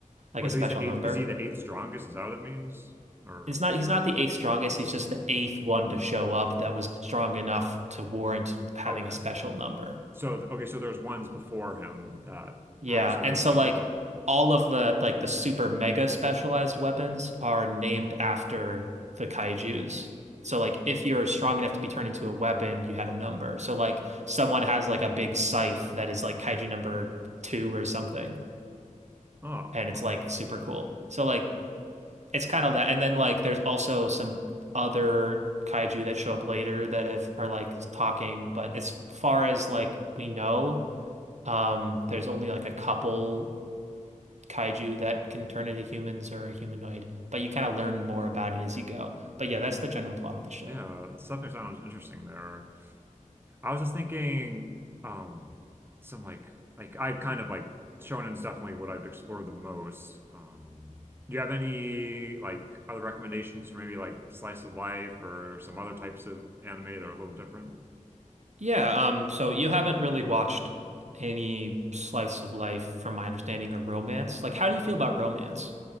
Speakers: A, on the right; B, on the right.
A: like
B: Oh,
A: a
B: so
A: special
B: he's the eighth.
A: number.
B: Is he the eighth strongest? Is that what it means? Or
A: it's not he's not the eighth strongest, he's just the eighth one to show up that was strong enough to warrant having
B: okay,
A: a special number.
B: so okay, so there's ones before him that
A: Yeah,
B: were also able
A: and so
B: to transform.
A: like all of the like the super mega specialized weapons are named after the kaijus. So like if you're strong enough to be turned into a weapon, you had a number. So like someone has like a big scythe that is like kaiju number two or something,
B: Oh,
A: and it's
B: huh.
A: like super cool. So like it's kind of that. And then like there's also some other kaiju that show up later that have are like talking, but as far as like we know, um, there's only like a couple kaiju that can turn into humans or a humanoid, but you kind of learn more about it as you go. But yeah, that's the general plot of the show.
B: Yeah, it's definitely sounds interesting there. I was just thinking, um, some like like I've kind of like shonen's definitely what I've explored the most. Um, do you have any like other recommendations for maybe like slice of life or some other types of anime that are a little different?
A: Yeah, um, so you haven't really watched any slice of life from my understanding or romance. Like, how do you feel about romance?